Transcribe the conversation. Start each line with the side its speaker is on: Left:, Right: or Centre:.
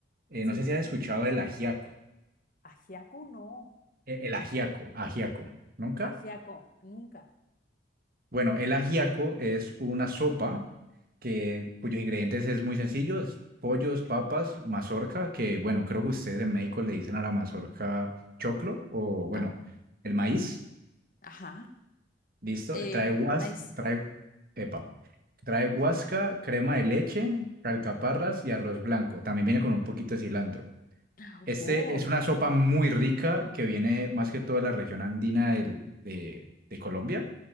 Right: Eh,
Left: sí.
Right: no sé si has escuchado el ajiaco,
Left: Ajiaco no.
Right: eh, el ajiaco, ajiaco, ¿nunca?
Left: Ajiaco, nunca.
Right: Bueno, el ajiaco es una sopa que, cuyos ingredientes es muy sencillo, es pollos, papas, mazorca, que bueno, creo que ustedes en México le dicen a la mazorca choclo o bueno,
Left: Ah,
Right: el maíz,
Left: ajá.
Right: listo,
Left: Eh,
Right: trae guas,
Left: maíz.
Right: trae, epa, trae guasca,
Left: Ujú.
Right: crema de leche, alcaparras y arroz blanco. También viene con un poquito de cilantro.
Left: Oh,
Right: Este es una sopa muy rica que viene más que todo de la región andina del- de, de Colombia,